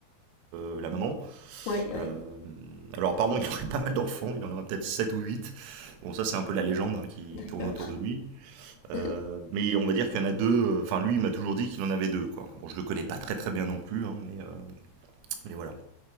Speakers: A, on the right; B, on the left.
A: euh, la maman.
B: ouais, ouais,
A: Euh, alors, apparemment, <laughs> il aurait pas mal d'enfants. Il en aurait peut-être 7 ou huit Bon, ça, c'est un peu la légende hein, qui
B: ouais,
A: tourne
B: d'accord.
A: autour de lui. Euh,
B: <laughs>
A: mais on va dire qu'il y en a deux. euh, Enfin, lui, il m'a toujours dit qu'il en avait deux. Quoi. Bon, je le connais pas très très bien non plus, hein, mais, euh, mais voilà.